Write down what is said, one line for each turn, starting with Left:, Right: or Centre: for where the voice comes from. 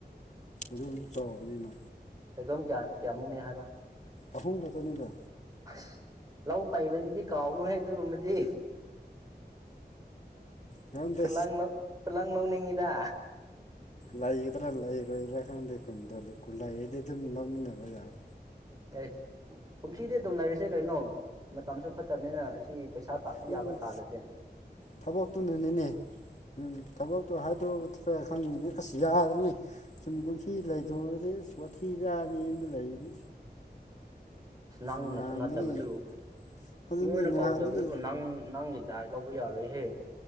Left: ꯍꯧ ꯑ ꯆꯥꯎꯕꯅꯤꯅ
Right: ꯀꯩꯗꯣꯝ ꯀꯌꯥ ꯀꯌꯥꯃꯨꯛꯅꯤ ꯍꯥꯏꯕ
Left: ꯑꯍꯨꯝꯕꯇꯅꯤꯗ
Right: ꯑꯁ ꯂꯧ ꯄꯥꯏꯕꯗꯨꯗꯤ ꯀꯥꯎꯅꯨꯍ ꯑꯗꯨꯒꯨꯝꯕꯗꯤ
Left: ꯈꯪꯗꯦ
Right: ꯈꯨꯂ ꯈꯨꯂꯥꯡ ꯂꯧꯅꯤꯡꯉꯤ ꯗ
Left: ꯂꯩꯒꯗ꯭ꯔꯥ ꯂꯩꯔꯣꯏꯗ꯭ꯔꯥ ꯈꯪꯗꯦ ꯈꯨꯟꯗ ꯈꯨ ꯂꯩꯗꯤ ꯑꯗꯨꯝ ꯂꯧꯃꯤꯟꯅꯕ ꯌꯥꯔꯦ
Right: ꯑꯦꯁ ꯀꯨꯝꯁꯤꯗꯤ ꯑꯗꯨꯝ ꯂꯩꯔꯤꯁꯦ ꯀꯩꯅꯣ ꯃꯇꯝꯁꯨ ꯐꯠꯇꯕꯅꯤꯅ ꯑꯁꯤ ꯄꯩꯁꯥ ꯇꯥꯟꯕ
Left: ꯎꯝ
Right: ꯌꯥꯕ ꯇꯥꯜꯂꯁꯦ
Left: ꯊꯕꯛꯇꯨꯅꯅꯤꯅꯦ ꯎꯝ ꯊꯕ ꯇꯣ ꯍꯥꯏꯗꯣꯛꯑꯒ꯭ꯔ ꯈꯪꯅꯤꯡ ꯑꯁ ꯌꯥꯗ꯭ꯔꯅꯤ ꯁꯨꯝ ꯀꯨꯝꯁꯤ ꯂꯩꯇꯗꯤ ꯑꯁ ꯋꯥꯊꯤ
Right: <inaudible>
Left: ꯌꯨꯝꯗ ꯂꯩꯔꯗꯤ
Right: ꯑꯁ ꯅꯪꯅꯁꯨ
Left: ꯅꯍꯥꯟꯗꯒꯤ
Right: ꯅꯠꯇꯕꯗꯨ
Left: ꯑꯗꯨꯅꯤ
Right: ꯃꯣꯏꯅ
Left: ꯅꯍꯥꯟꯗꯒꯤ
Right: ꯀꯥꯎꯗꯕꯗꯨꯕꯨ ꯅꯪ ꯅꯪꯒꯤ ꯗꯥꯏꯠ ꯂꯧꯕ ꯌꯥꯔꯣꯏꯍꯦ